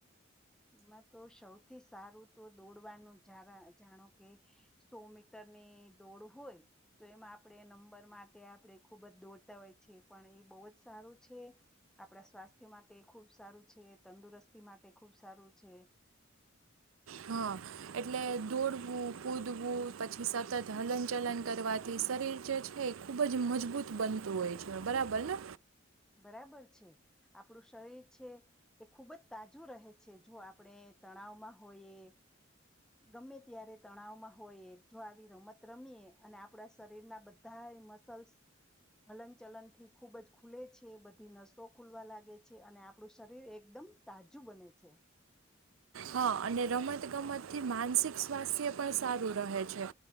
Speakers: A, in the centre; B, on the right.
A: એમાં તો સૌથી સારું તો દોડવાનું જા જાણો કે સો મીટરની દોડ હોય તો એમાં આપણે નંબર માટે આપણે ખુબ જ દોડતા હોય છે પણ એ બહુ જ સારું છે આપણા સ્વાસ્થ્ય માટે ખુબ સારું છે તંદુરસ્તી માટે ખુબ ખ સારું છે
B: હા એટલે દોડવું કૂદવું પછી સતત હલન ચલન કરવાથી શરીર જે છે એ ખૂબ જ મજબૂત બનતું હોય છે બરાબર ને
A: બરાબર છે આપણું શરીર છે એ ખુબ જ તાજું રહે છે જો આપણે તણાવમાં હોઈએ ગમે ત્યારે તણાવમાં હોઈએ જો આવી રમત રમીએ અને આપણા શરીરના બધા મસલ્સ હલન ચલન થી ખૂબ જ ખુલે છે બધી નસો ખુલવા લાગે છે અને આપણું શરીર એકદમ તાજું બને છે
B: હા અને રમત ગમતથી માનસિક સ્વાસ્થ્ય પણ સારું રહે છે